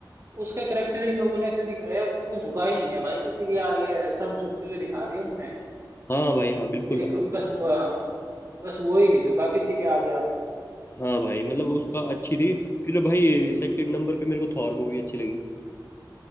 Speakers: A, on the right; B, on the left.
A: उसका करेक्टर इन लोगों ने ऐसे दिखाया अब तक वो झुका ही नहीं है भाई किसी के आगे सब झुकते हुए दिखा दिया उनने
B: हाँ भाई हाँ बिल्कुल
A: एक
B: भाई
A: बस वह- बस वो ही नहीं झुका किसी के आगे अब तक
B: हाँ भाई मतलब उसका अच्छी थी फिर भाई सेकंड नंबर पे मेरे को थॉर मूवी अच्छी लगी